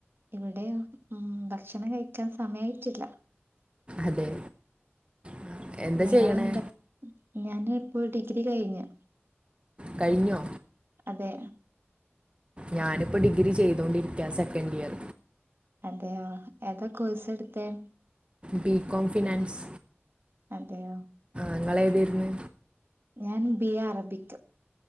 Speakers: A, on the right (about 55°); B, on the right (about 25°).
A: ഇവിടെയോ മ് ഭക്ഷണം കഴിക്കാൻ സമയായിട്ടില്ല.
B: അതെ ആ, എന്താ
A: നിങ്ങള്ന്താ
B: ചെയ്യണേ
A: ഞാന് <unintelligible> ൾ ഡിഗ്രി കഴിഞ്ഞു
B: കഴിഞ്ഞോ?
A: അതെ
B: ഞാനിപ്പോ ഡിഗ്രി ചെയ്തൊണ്ടിരിക്കിയ സെക്കൻഡ് ഇയർ
A: അതെയോ ഏതാ കോഴ്സ് എടുത്തേ
B: ബി. കോം ഫിനാൻസ്
A: അതെയോ
B: നിങ്ങളേതെരുന്നു
A: ഞാൻ ബി. എ അറബിക്ക്